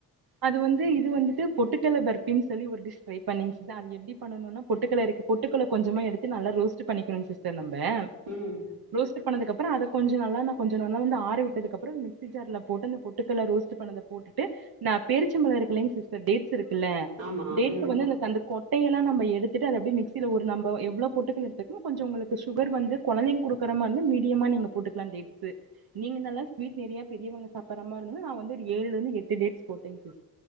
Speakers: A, on the right (about 50°); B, on the right (about 70°).
A: அது வந்து இது வந்துட்டு பொட்டுக்கல்ல பர்ப்பின்னு சொல்லி ஒரு டிஷ் ட்ரை பண்ணிங்க சிஸ் அது எப்டி பண்ணணும்னா பொட்டுக்கல்ல இருக்கு பொட்டுக்கலை கொஞ்சமா எடுத்து நல்லா ரோஸ்ட் பண்ணிக்கணு சிஸ்டர் நம்ம ஆ
B: ம்.
A: ரோஸ்ட் னதுக்கு அப்புற அத கொஞ்சோ நல்ல கொஞ்சோ நல்லா ஆற விட்டதுக்கு அப்புறமா மிக்ஸி ஜார்ல போட்டு அந்த பொட்டுக்கடலையை ரோஸ்ட் பண்ணத போட்டுட்டு நா பேரிச்சம்பழம் இருக்கலேங்க சிஸ்டர் டே ட்ஸ் இருக்கில்ல
B: ஆமா.
A: டேட்ஸ்
B: ம்.
A: வந்து எனக்கு அந்த கொட்டையெல்லா நம்ம எடுத் எடுத்துட்டு அதை அப்டியே மிக்ஸியில ஒரு நம்ப எவ்ளோ பொட்டுக்கடலை எடுத்துக்குறோமோ கொஞ்சோ உங்களுக்கு சுகர் வந்து கொழந்தைக்கு குடுக்கிற மாரி இருந்தா மீடியமா நீங்க போட்டுக்கலா டேட்ஸ் நீங்க நல்லா ஸ்வீட் ஹெவியா பெரியவங்க சாப்பிடுற மாரி இருந்தா நா வந்து ரீ ஏழுல இருந்து எட்டு டேட்ஸ் போட்டேங் சிஸ்